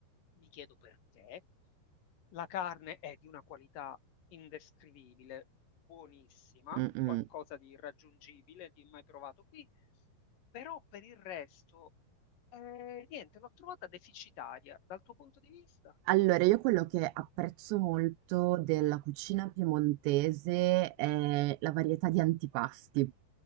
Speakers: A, on the left (about 55°); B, on the right (about 85°).
A: mi chiedo perché. La carne è di una qualità indescrivibile, buonissima,
B: Mm, mm.
A: qualcosa di irraggiungibile, di mai provato qui, però per il resto, eh, niente, l'ho trovata deficitaria dal tuo punto di vista.
B: Allora, io quello che apprezzo molto della cucina piemontese è la varietà di antipasti.